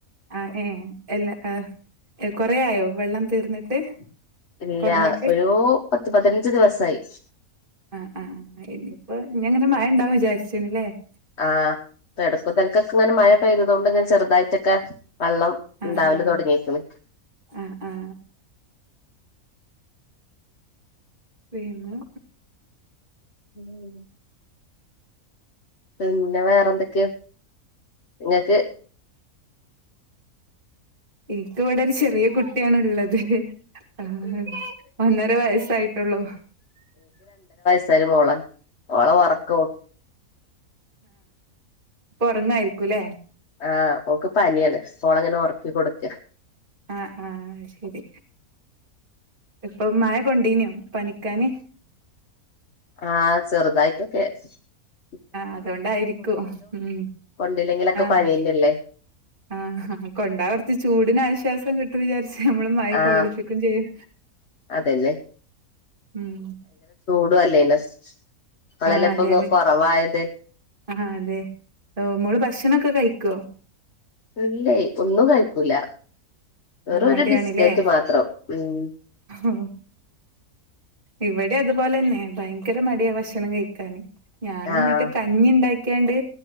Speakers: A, on the right; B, on the left.
A: ആഹ് ഏഹ് എല്ലാ ഏർ കൊറയയോ വെള്ളം തീർന്നിട്ട്.
B: ഇല്ല
A: കുറഞ്ഞിട്ട്
B: ഒരു പത്ത് പതിനഞ്ച് ദിവസായി
A: ആ ആ ഇനിയിപ്പോ ഇനി എങ്ങനെ
B: ഉം
A: മഴ ഉണ്ടാവന്ന് വിചാരിച്ച <unintelligible>
B: ആഹ് ഇപ്പൊ എടക്കും തലയ്ക്കുമൊക്കെ ഇങ്ങനെ മഴപെയ്തതു കൊണ്ട് ഇങ്ങനെ ചെറുതായിട്ട് ഒക്കെ. വെള്ളം
A: ആ
B: ഉണ്ടാവല്
A: ആ
B: തുടങ്ങിയേക്കണം.
A: ആ ആ വേണോ
B: ഉം പിന്നെ വേറെന്തൊക്കെയാ ഇങ്ങൾക്ക്.
A: എനിക്ക് ഇവിടെ ഒരു ചെറിയ കുട്ടി ട്ട്യാണ് ഉള്ളത് ആഹ് ഒന്നര വയസായിട്ടുള്ളൂ.
B: സരി മോളേ ഓള് ഉറക്കു.
A: ഉറങ്ങായിരിക്കൂലേ
B: ആഹ് ഓക്കു പനിയാണ്, മോള് ഇങ്ങനെ ഉറക്കി കൊടുക്കാ.
A: ആഹ് ആഹ്. ഇത് ഇപ്പൊ മഴ കൊണ്ടീനോ പനിക്കാന്.
B: ആ ചെറുതായിട്ട് <unintelligible>
A: ആഹ് അതു കൊണ്ടായിരിക്കും ഉം
B: കൊണ്ടില്ലെങ്കിലൊക്കെ
A: ആഹ്
B: പനിയന്നല്ലേ
A: ആഹ് കൊണ്ടാ കുറച്ച് ചൂടന് ആശ്വാസം. ഇപ്പൊ കിട്ടു വിചാരി ഞമ്മള് മഴ
B: ആഹ്
A: കൊള്ളിപ്പിക്കും ചെയ്യും
B: അതന്നെ
A: ഉം
B: ഇതുവല്ലേ <unintelligible> ഇവള്
A: ആഹ്
B: അല്ലെ
A: അതെ
B: ഇങ്ങ്
A: അതെ
B: കൊറവായത്.
A: ആഹ് അതെ ഓഹ് മോള് ഭക്ഷണൊക്കെ കഴിക്കോ.
B: അല്ലേ ഒന്നും കഴിക്കൂല്ല, വെറുമൊരു
A: മടിയാണ്ല്ലേ
B: ബിസ്ക്കറ്റ് മാത്രം ഉം.
A: ഓഹ് ഇവിടെ അതുപോലെ തന്നെ ഭയങ്കര മടിയാ ഭക്ഷണം കഴിക്കാാന് ഞാൻ
B: ആഹ്
A: എന്നിട്ട് കഞ്ഞി ഉണ്ടാക്കി ക്കണ്ട്